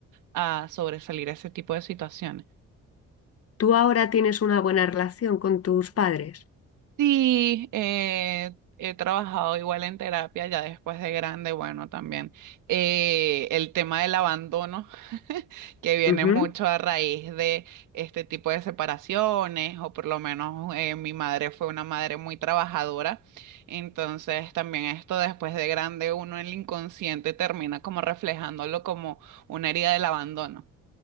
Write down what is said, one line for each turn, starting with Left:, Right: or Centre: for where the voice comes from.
Right: a sobresalir ese tipo de situaciones.
Left: ¿Tú ahora tienes una buena relación con tus padres?
Right: Sí, eh, he trabajado igual en terapia ya después de grande, bueno, también eh, el tema del abandono, <laughs> que viene
Left: Ujú,
Right: mucho a raíz de este tipo de separaciones, o por lo menos eh, mi madre fue una madre muy trabajadora, entonces también esto después de grande uno en el inconsciente termina como reflejándolo como una herida del abandono.